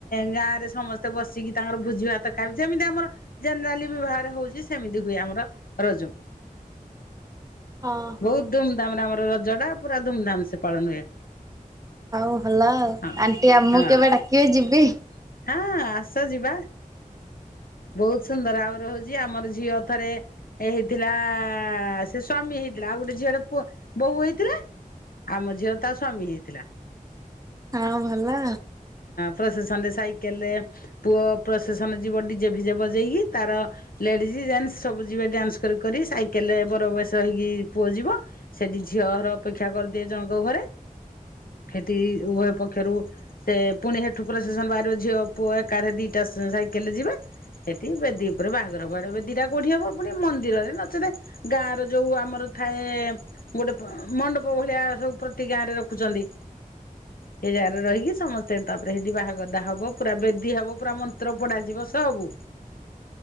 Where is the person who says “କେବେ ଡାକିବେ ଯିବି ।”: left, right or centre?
Right